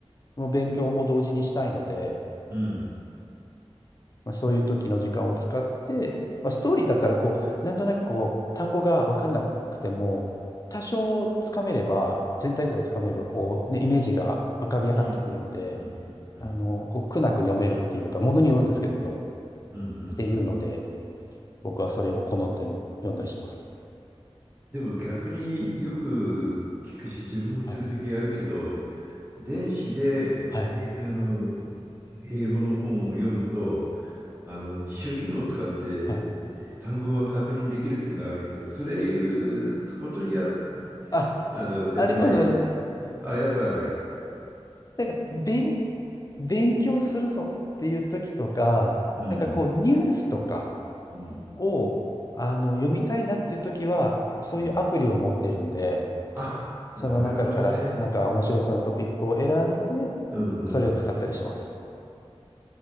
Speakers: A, on the left; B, on the right.
A: の勉強も同時にしたいので、
B: うん。
A: まあ、そういう時の時間を使って、まあ、ストーリーだったらこう、なんとなくこう、単語が分かんなくても、多少つかめれば、全体像をつかめれば、こう、ね、イメージが浮かび上がってくるんで、
B: うん。うん。うん。うん。
A: あの、こう、苦なく読めるっていうか、ものによるんですけど、
B: うん。う
A: っていうので、
B: ん。
A: 僕はそれを好んで読んだりします。
B: でも逆によく聞くし、自分も時々やるけど、
A: はい。
B: 電子で、
A: はい。
B: えあの、英語の本を読むと、あの、辞書機能を使って
A: はい。
B: 単語が確認できるっていうのはあるけど、それいうことには、
A: あ、
B: あの、やってない。
A: ありますあります。
B: あ、やっぱある。
A: なんか、勉、勉強するぞっていう時とか、
B: うん。
A: なんかこう、ニュースとか
B: うん。
A: を、あの、読みたいなっていう時は、そういうアプリを持ってるんで、
B: うん。あ、なるほどね。
A: その中から、なんか面白そうなトピックを選んで、
B: うんうん。
A: それを使ったりします。